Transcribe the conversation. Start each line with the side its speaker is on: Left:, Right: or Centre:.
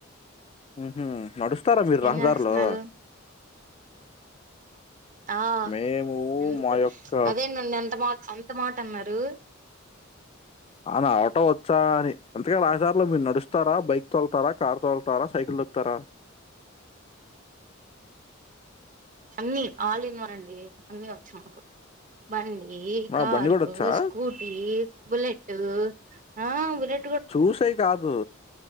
Left: ఉమ్మ్ నడుస్తారా మీరు
Right: ఏం
Left: రహదారుల్లో.
Right: చేస్తున్నారు ఆహ్
Left: మేము
Right: ఎందుకు
Left: మా యొక్క
Right: అదేంటండి అంత మాట. అంత మాట అన్నారు.
Left: ఆనా ఆటో వచ్చా అని అంటే ఆ రహదారులో మీరు నడుస్తారా బైక్ తోలుతారా కార్ తోలుతారా సైకిల్. ల్కుతారా.
Right: అన్ని ఆల్ఇన్వన్ అండి అన్ని ఒచ్చ్ మాకు బండ్. ఈ
Left: ఆ!
Right: కారూ
Left: బండి గూడొచ్చా?
Right: స్కూటీ బులేట్ ఆహ్ బులేట్.
Left: చూసేయే కాదు.